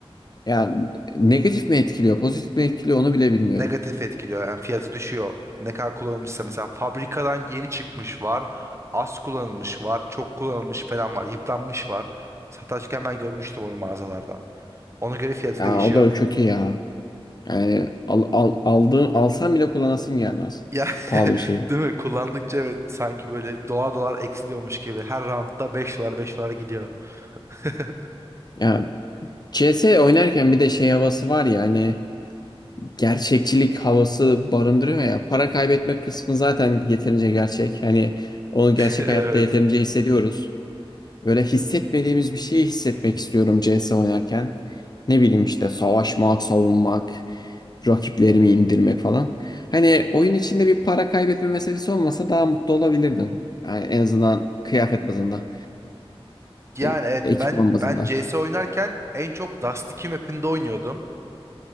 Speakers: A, on the left; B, on the right.
A: Ya negatif mi etkiliyor, pozitif mi etkiliyor onu bile bilmiyorum.
B: negatif etkiliyor. Yani fiyatı düşüyor. Ne kadar kullanılmışsa mesela fabrikadan yeni çıkmış var. Az kullanılmış var. Çok kullanılmış falan var. Yıpranmış var. Satarken ben görmüştüm onu mağazalarda. Ona göre fiyatı
A: Ya
B: değişiyor.
A: o da kötü ya. Yani al, al, aldığın, alsam bile kullanasım gelmez.
B: Ya
A: Pahalı
B: <laughs>
A: bir şey.
B: değil mi? Kullandıkça evet sanki böyle dolar dolar eksiliyormuş gibi. Her roundda beş dolar 5 dolara gidiyor. <laughs>
A: Ya CS oynarken bir de şey havası var ya hani gerçekçilik havası barındırıyor ya. Para kaybetme kısmı zaten yeterince gerçek. Hani onu gerçek
B: Evet.
A: hayatta yeterince hissediyoruz. Böyle hissetmediğimiz bir şeyi hissetmek istiyorum CS oynarken. Ne bileyim işte savaşmak, savunmak, rakiplerimi indirmek falan. Hani oyun içinde bir para kaybetme meselesi olmasa daha mutlu olabilirdim. Yani en azından kıyafet bazında,
B: Yani
A: e,
B: evet
A: ekipman
B: ben
A: bazında.
B: ben CS oynarken en çok Dust 2 map'inde oynuyordum.